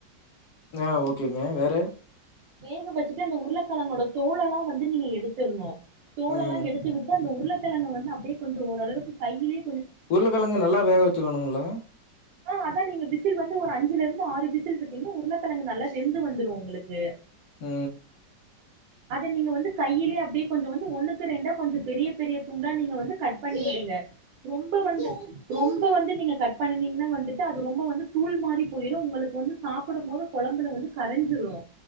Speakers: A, on the left; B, on the right.
A: ஆஹ் ஓகேங்க வேற
B: வேக வெச்சுட்டு அந்த உருளக்கெழங்கோட தோளல்லா வந்து நீங்க எடுத்துர்ணு தோலல்லா
A: ம்
B: எடுத்து விட்டுட்டு அந்த உருள <unintelligible> வந்து அப்டியே கொஞ்சொ ஓரளவுக்கு கையிலே
A: உருளக்கெழங்க நல்லா வேக வெச்சுக்கணுங்ளா
B: ஆஹ் அதான் நீங்க விசில் வந்து ஒரு அஞ்சுல இருந்து ஆறு விசில் விட்டீங்கன்னா உருளக்கெழங்கு நல்லா வெந்து வந்துரு உங்களுக்கு
A: ம்
B: அத நீங்க வந்து கையிலயே அப்டியே கொஞ்ச வந்து ஒண்ணுக்கு ரெண்டா கொஞ்சொ பெரிய பெரிய துண்டா நீங்க வந்து கட் பண்ணிக்விடுங்க ரொம்ப வ ரொம்ப வந்து நீங்க கட் பண்ணி வந்துட்டு அது ரொம்ப வந்து தூள் மாறி போயிரு உங்களுக்கு வந்து சாப்பிடும்போது கொழம்புல வந்து கரஞ்சிரு